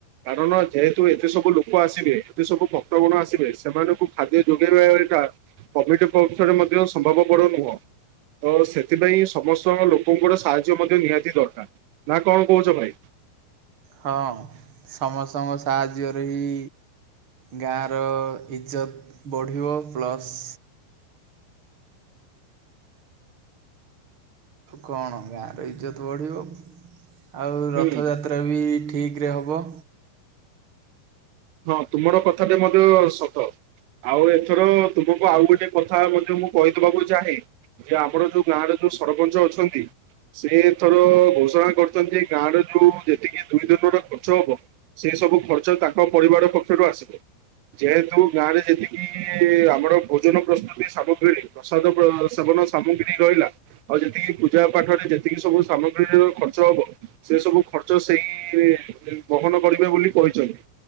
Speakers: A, on the right (about 80°); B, on the right (about 30°).
A: କାରଣ ଯେହେତୁ ଏତେ ସବୁ ଲୋକ ଆସିବେ ଏତେସବୁ ଭକ୍ତଗଣ ଆସିବେ, ସେମାନଙ୍କୁ ଖାଦ୍ୟ ଯୋଗେଇବା <unintelligible> କମିଟି ପକ୍ଷରେ ମଧ୍ୟ ସମ୍ଭବପର ନୁହଁ। ତ ସେଥିପାଇଁ ସମସ୍ତଙ୍କ ଲୋକଙ୍କର ସାହାଯ୍ୟ ମଧ୍ୟ ନିହାତି ଦରକାର, ନା କଣ କହୁଛ ଭାଇ?
B: ହଁ, ସମସ୍ତଙ୍କ ସାହାଯ୍ୟରେ ହି ଗାଁର ଇଜ୍ଜତ୍ ବଢ଼ିବ, ପ୍ଲସ କଣ ଗାଁର ଇଜ୍ଜତ୍ ବଢ଼ିବ, ଆଉ
A: ହୁଁ।
B: ରଥଯାତ ତ୍ରା ବି ଠିକରେ ହବ।
A: ହଁ ତୁମର କଥାଟେ ମଧ୍ୟ ସତ। ଆଉ ଏଥର ତୁମକୁ ଆଉ ଗୋଟେ କଥା ମଧ୍ୟ ମୁଁ କହିଦବାକୁ ଚାହେଁ। ଯେ ଆମର ଯୋଉ ଗାଁର ଯୋଉ ସରପଞ୍ଚ ଅଛନ୍ତି ସେ ଏଇଥର ଘୋଷଣା କରିଚନ୍ତି, ଗାଁର ଯୋଉ ଯେତିକି ଦୁଇ ଦିନର ଖର୍ଚ୍ଚ ହେବ ସେ ସବୁ ଖର୍ଚ୍ଚ ତାଙ୍କ ପରିବାର ପକ୍ଷରୁ <unintelligible> ଯେହେତୁ ଗାଁରେ ଯେତିକି ଆମର ଭୋଜନ ପ୍ରସ୍ତୁତି ସାମଗ୍ରୀ ପ୍ରସାଦ ପ୍ର ସେବନ ସାମଗ୍ରୀ ରହିଲା ଆଉ ଯେତିକି ପୂଜା ପାଠରେ ଯେତିକି ସବୁ ସାମଗ୍ରୀର ଖର୍ଚ୍ଚ ହବ ସେ ସବୁ ଖର୍ଚ୍ଚ ସେଇ ବହନ କରିବେ ବୋଲି କହିଛନ୍ତି।